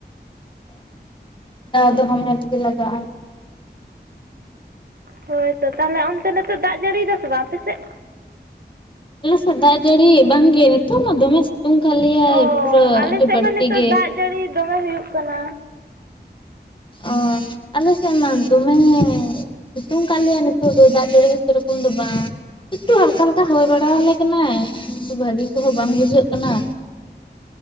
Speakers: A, on the left; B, on the right.
A: ᱫᱟᱣ ᱫᱚ ᱦᱟᱢᱱᱟᱮᱴ ᱜᱮ ᱞᱟᱜᱟᱜᱼᱟ
B: ᱦᱳᱭ ᱛᱚ ᱛᱟᱦᱚᱞᱮ ᱚᱱᱛᱮ ᱱᱤᱛᱚᱜᱜ ᱫᱟᱜ ᱡᱟᱹᱲᱤᱭᱮᱫᱟᱥᱮ ᱵᱟᱝ ᱟᱯᱮᱮᱥᱮᱫ
A: ᱟᱞ ᱥᱫᱟ ᱡᱟᱹᱲᱤ ᱵᱟᱝᱝᱱ ᱛᱚ ᱢᱟ ᱫᱚ ᱢᱮ ᱥᱤᱛᱩᱝ ᱠᱫ ᱞᱮᱭᱟᱭ
B: ᱚ
A: ᱯᱩᱨᱟᱹ
B: ᱟᱞᱮ
A: ᱟᱹᱰᱤ
B: ᱥᱮᱫ
A: ᱵᱟᱹᱲᱛᱤ
B: ᱢᱟ ᱱᱤᱛᱚᱜ
A: ᱜᱮ
B: ᱫᱟᱜ ᱡᱟᱹᱲᱤ ᱫᱚᱢᱮ ᱦᱩᱭᱩᱜ ᱠᱟᱱᱟ
A: ᱚᱻ ᱟᱞᱮ ᱥᱮᱮᱫ ᱢᱟ ᱫᱚᱢᱮ ᱥᱤᱛᱩᱝ ᱠᱟᱜ ᱞᱮᱭᱟ ᱱᱤᱛᱚᱜ ᱫᱚ ᱫᱟᱜ ᱡᱟᱹᱲᱤ ᱜᱮᱛᱩ ᱥᱮ ᱨᱚᱠᱚᱢ ᱫᱚ ᱵᱟᱝ ᱮᱠᱴᱩ ᱦᱟᱞᱠᱟ ᱦᱟᱞᱠᱟᱭ ᱦᱚᱭ ᱵᱟᱲᱟ ᱟᱞᱮ ᱠᱟᱱᱟᱭ ᱠᱤᱱᱛᱩ ᱵᱷᱟᱹᱜᱤ ᱠᱚᱦᱚᱸ ᱵᱟᱝ ᱵᱩᱡᱷᱟᱹᱜ ᱠᱟᱱᱟ